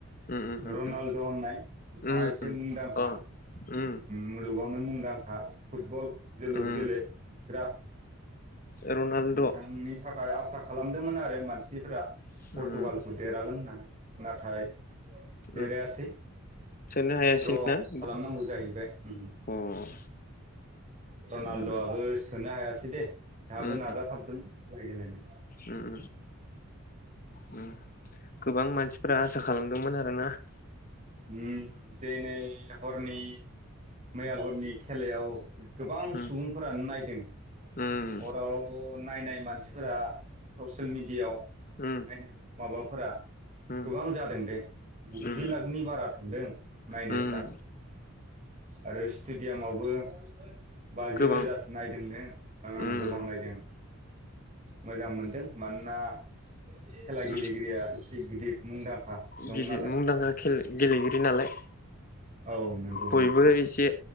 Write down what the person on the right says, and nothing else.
रनाल्द' होननाय बिथाङा
एसे मुंदांखा
मुलुगावनो मुंदांखा। था फुटबल जोलुर
गेले ग्रा।
बिथांनि थाखाय आसा खालामदोंमोन आरो। मानसिफ्रा
पर्टुगालखौ देरहागोन होननानै। नाथाय। देरायासै
द्र'
खालामनांगौ जाहैबाय उम
रनाल्द'आबो
सोनो हायासै।। दे हाबो
नाजाथाबदोंमोन। खेला गेलेनो।
उम दिनै हरनि मैया हरनि खेलायाव। गोबां
सुबुंफोरानो नायदों
हराव। नायनाय मानसिफोरा सस। ससियेल मिडियाआव।
नायनो माबा फोरा।
गोबां जादों दे गुजि
लाखनि बारा थांदों नायनायफोरा
आरो स्टेडियामावबो। <unintelligible> बाजि
रोजासो नायदों नो आंं
गोबां नायदों मोजां मोनदों। मोनना। खेला गेलेगिरिया।
गिदिर मुंदाख <unintelligible> दं
नालाय
औ नंगौ-नंगौ